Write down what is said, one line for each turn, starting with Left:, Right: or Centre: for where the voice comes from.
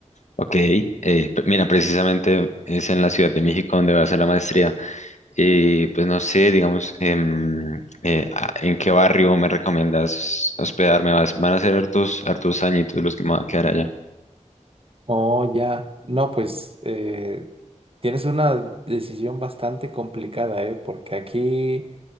Left: Ok, eh, pe- mira, precisamente es en la Ciudad de México donde voy a hacer la maestría. Y pues no sé, digamos, em, eh, a- ¿en qué barrio me recomiendas hospedarme? Vas- Van a ser hartos, hartos añitos los que me van a quedar allá.
Right: Oh, ya. No, pues eh, tienes una decisión bastante complicada, ¿eh? Porque aquí